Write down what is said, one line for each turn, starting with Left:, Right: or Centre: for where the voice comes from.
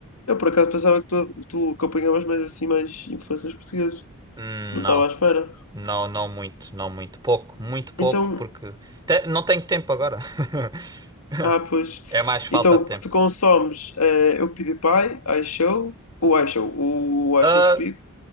Left: Eu por acaso pensava que tu, tu acompanhavas mais assim mais influências portuguesas.
Right: Hum,
Left: Não
Right: Não,
Left: estava à espera.
Right: não, não muito, não muito, pouco, muito pouco
Left: Então,
Right: porque te- não tenho tempo agora. <laughs>
Left: ah, pois.
Right: É mais falta
Left: Então,
Right: de
Left: o
Right: tempo.
Left: que tu consomes eh, é o PewDiePie, iShow, o iShow, o
Right: Ah,
Left: iShow Speed.